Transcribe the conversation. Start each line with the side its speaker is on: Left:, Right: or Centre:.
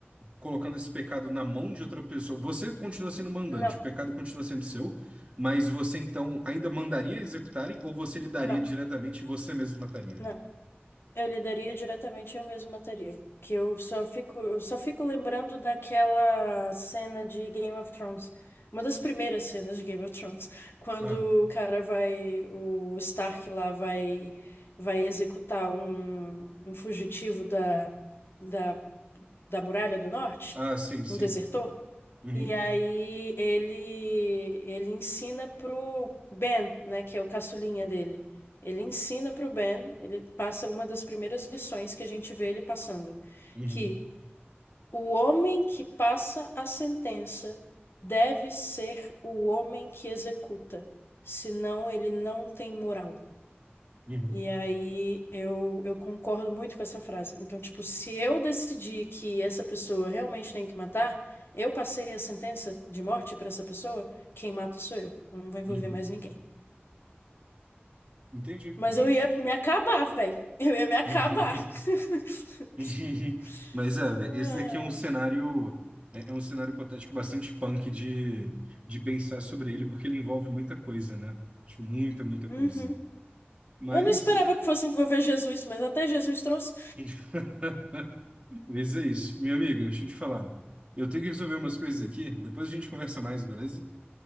Right: colocando esse pecado na mão de outra pessoa. Você continua sendo mandante,
Left: Não,
Right: o pecado continua sendo seu, mas você então ainda mandaria executarem ou você lidaria
Left: não,
Right: diretamente e você mesmo mataria?
Left: não. Eu lidaria diretamente, eu mesma mataria. Que eu só fico, eu só fico lembrando daquela cena de Game of Thrones. Uma das primeiras cenas de Game of Thrones, quando
Right: Ah,
Left: o cara vai, o Stark lá vai, vai executar um, um fugitivo da, da, da Muralha do Norte,
Right: ah, sim, sim.
Left: um desertor.
Right: Uhum,
Left: E aí ele ele ensina pro Ben, né, que é o caçulinha dele. Ele ensina pro Ben, ele passa uma das primeiras lições que a gente vê ele passando,
Right: uhum,
Left: que o homem que passa a sentença deve ser o homem que executa, senão ele não tem moral.
Right: uhum,
Left: E aí eu, eu concordo muito com essa frase. Então, tipo, se eu decidir que essa pessoa realmente tem que matar, eu passei a sentença de morte pra essa pessoa, quem mata sou eu. Eu não vou envolver
Right: uhum.
Left: mais ninguém.
Right: Entendi,
Left: Mas
Right: justo.
Left: eu ia me acabar, velho. Eu ia me acabar.
Right: <laughs>
Left: <laughs>
Right: Uhum, uhum. Mas é,
Left: Ah,
Right: velho, esse daqui é um cenário. É é um cenário hipotético bastante punk de, de pensar sobre ele, porque ele envolve muita coisa, né? Tipo, muita, muita coisa.
Left: uhum.
Right: Mas
Left: Eu não esperava que fosse envolver Jesus, mas até Jesus trouxe.
Right: <laughs> Mas é isso. Minha amiga, deixa eu te falar. Eu tenho que resolver umas coisas
Left: <laughs>
Right: aqui. Depois a gente conversa mais, beleza?